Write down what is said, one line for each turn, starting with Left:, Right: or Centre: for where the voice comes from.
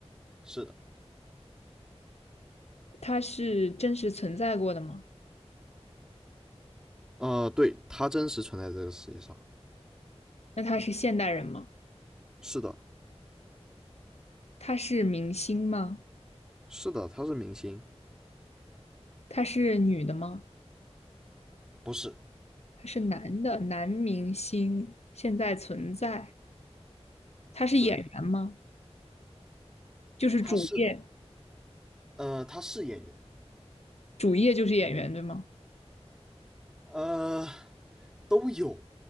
Centre: 是的，
Left: 他是真实存在过的吗？
Centre: 呃，对，他真实存在这个世界上。
Left: 那他是现代人吗？
Centre: 是的，
Left: 他是明星吗？
Centre: 是的，他是明星。
Left: 他是女的吗？
Centre: 不是，
Left: 他是男的，男明星现在存在，他是演员吗？
Centre: 对，
Left: 就是主业，
Centre: 他是，呃，他是演员，
Left: 主业就是演员，对吗？
Centre: 呃，都有，